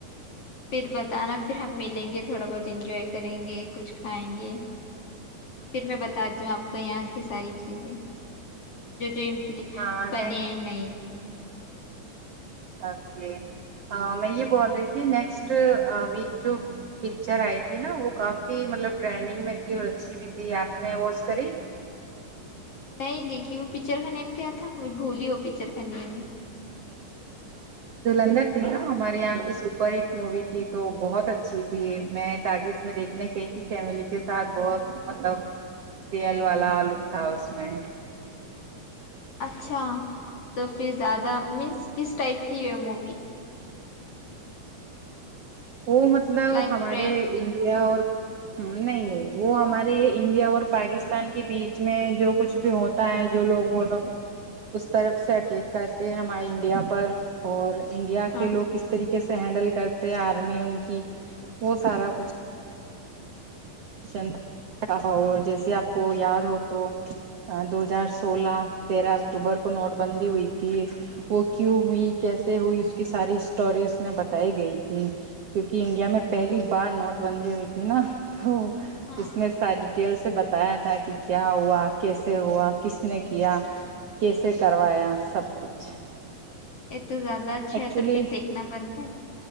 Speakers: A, on the left; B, on the right.
A: پھر بتانا پھر ہم ملیں گے تھوڑا بہت انجوائے کریں گے کچھ کھائیں گے پھر میں بتاتی ہوں آپ کو یہاں کس ساری چیزیں جو جوم
B: ہاں
A: بنے ہیں ن
B: اوکے میں یہ بول رہی تھی نیکسٹ ویک جو پکچر آئی تھی نا وہ کافی مطلب ٹرینڈنگ میں تھی اور اچھی بھی تھی آپ نے واچ کری
A: نہیں دیکھی وہ پکچر کا نیم کیا تھا بھولی ہو پکچر کا نیم ہی
B: دلندر تھی نا ہمارے یہاں کی سپر ہٹ مووی تھی تو بہت اچھی تھی میں ٹگز میں دیکھنے گئی تھی فیملی کے ساتھ بہت مطلب سیئل والا لک تھا اس میں
A: اچھا تو پھر زیادہ مینس کس ٹائپ کی ہے مووی
B: وہ مطلب
A: لائک
B: ہمارے
A: فرینڈ
B: انڈیا اور نہیں نہیں وہ ہمارے انڈیا اور پاکستان کے بیچ میں جو کچھ بھی ہوتا ہے جو لوگ وہ لوگ اس طرف سے اٹیک کرتے ہیں ہمارے انڈیا پر اور انڈیا
A: ہاں
B: کے لوگ کس طریقے سے ہینڈل کرتے ہیں آپ گ میں ان کی وہ سارا کچھ چٹاا اور جیسے آپ کو یاد ہو تو دو ہزار سولہ تیرہ اکتوبر کو نوٹ بندی ہوئی تھی وہ کیوں ہوئی کیسے ہوئی اس کی ساری ہٹوری اس میں بتائی گئی تھی کیونکہ انڈیا میں پہلی بار نوٹ بندی ہوئی تھی نا تو
A: ہاں
B: اس میں ساری ڈیٹیل سے ب بتایا تھا کہ کیا ہوا کیسے ہوا کس نے کیا کیسے کروایا سب کچھ
A: یہ تو زیادہ اچھا
B: ایکچولی
A: ہے تو پھر دیکھنا بنتا ہے